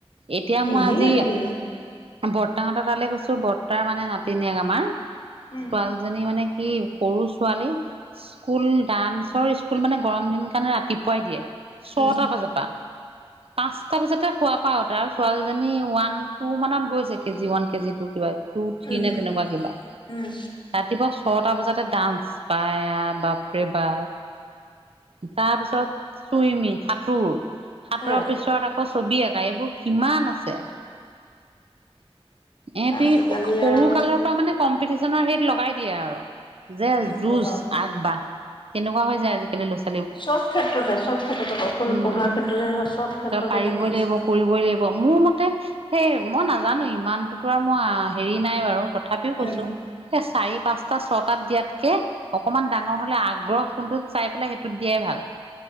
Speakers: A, on the right (about 65°); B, on the left (about 50°).
A: এতিয়া
B: নিনিলে
A: মই আজি
B: নিনিলে
A: বৰ্তাহতৰ তালৈ গৈছো বৰ্তাৰ মানে নাতিনীয়েক আমাৰ
B: উম
A: ছোৱালীজনী মানে কি সৰু ছোৱালী স্কুল ডান্সৰ স্কুল মানে গৰম দিনৰ কাৰণে ৰাতিপুৱাই দিয়ে ছটা
B: উম উম
A: বজাপা, পাঁচটা বজাতে শুৱা পা উঠা ছোৱালীজনী ওৱান টু মানত গৈছে কেজি ওৱান, কেজি টু কিবা টু, থ্ৰী
B: উম
A: নে তেনেকুৱা কিবা
B: উম
A: ৰাতিপুৱা ছটা বজাতে ডান্স পায় বাপৰে বা তাৰ পিছত চুইমিং সাঁতোৰ সাঁতোৰাৰ
B: উম
A: পিছ ছত আকৌ ছবি আঁকা এইবোৰ কিমান আছে। এহতি
B: আজিকালি
A: স সৰু
B: আৰু
A: কালৰ পৰা মানে কম ম্পিটিছনত হেৰিত লগাই দিয়ে আৰু যে
B: নকবা
A: যুজ
B: আৰু
A: আগবাঢ় তেনেকুৱা হৈ যায় আজিকালি ল'ৰা-ছো
B: চব ক্ষেত্ৰতে চব ক্ষেত্ৰতে অকল
A: উম
B: পঢ়াৰ ক্ষেত্ৰতে নহয় চব ক্ষেত্ৰতে
A: তই পাৰিবই
B: কম্পিটিশন
A: লাগিব কৰিবই লাগিব মোৰ মতে সেই মই নাজানো ইমানটোতো আৰু মই হেৰি নাই বাৰু তথাপি তথাপিও কৈছোঁ
B: উম
A: এ চাৰি, পাঁচটা, ছটাত দিয়াতকে অকমান ডাঙৰ হ'লে আগ্ৰহ কোনটোত চাই পেলাই সেইটোত দিয়াই ভাল।